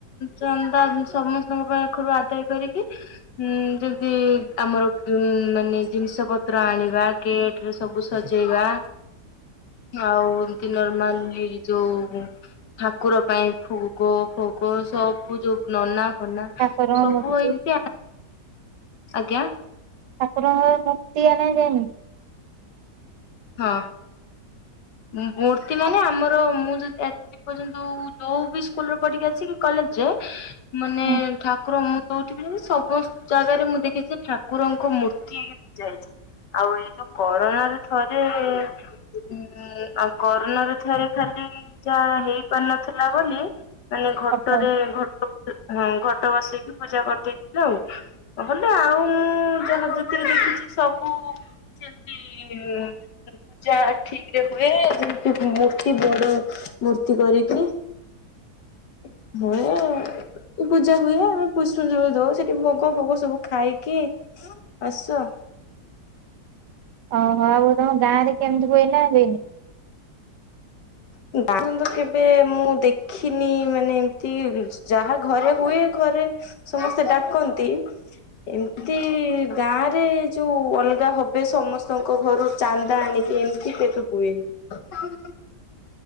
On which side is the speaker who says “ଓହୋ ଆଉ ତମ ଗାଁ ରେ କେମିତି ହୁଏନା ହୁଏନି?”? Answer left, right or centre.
Right